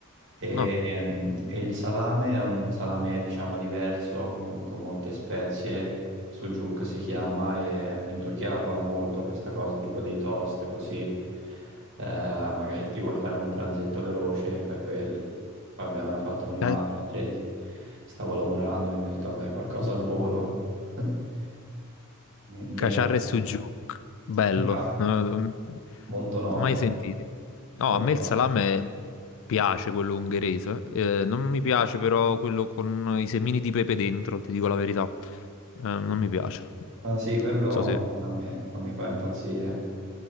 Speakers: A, on the right; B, on the left.
A: E,
B: No.
A: ehm, e il salame è un salame, diciamo, diverso, con con molte spezie, sucuk si chiama, e in Turchia va molto questa cosa, tipo dei toast, così. Eh, magari ti vuoi fare un pranzetto veloce, fai quelli. Vabbè, me l'ha fatto mia madre
B: Eh,
A: mentre stavo lavorando, quindi ho detto, vabbè, qualcosa al volo. <laughs> In generale,
B: Caciarre e Sujuk, bello,
A: è stato
B: eh,
A: molto noto,
B: mai sentiti. No,
A: molto
B: a me il
A: noto.
B: salame piace quello ungherese, eh, non mi piace però quello con i semini di pepe dentro, ti dico la verità, Eh, non mi piace.
A: Ah, sì, quello
B: Non so se
A: non- a me non mi fa impazzire.